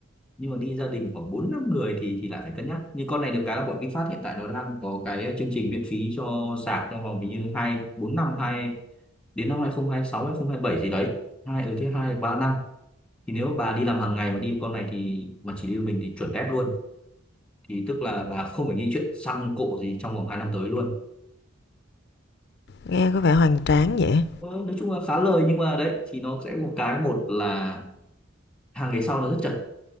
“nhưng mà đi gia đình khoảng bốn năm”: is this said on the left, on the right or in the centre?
Centre